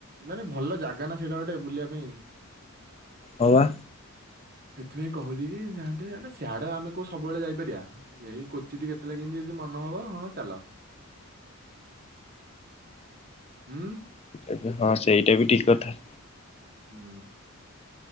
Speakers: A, on the right (about 45°); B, on the left (about 30°).
A: ମାନେ ଭଲ ଜାଗା ନା ସେଇଟା ଗୋଟେ ବୁଲିବା ପାଇଁ।
B: ହଁ ପା।
A: ସେଥିପାଇଁ କହୁଛି କି ଯାଆନ୍ତେ ସିଆଡ ଆମେ କଉ ସବୁବେଳେ ଯାଇପାରିବା ଏଇ କୋଚିଟି କେତେବେଳେ କେମିତି। ମନ ହବ ହଁ ଚାଲ, ହୁଁ
B: ଏବେ ହଁ ସେଇଟା ବି ଠିକ୍ କଥା।
A: ହୁଁ।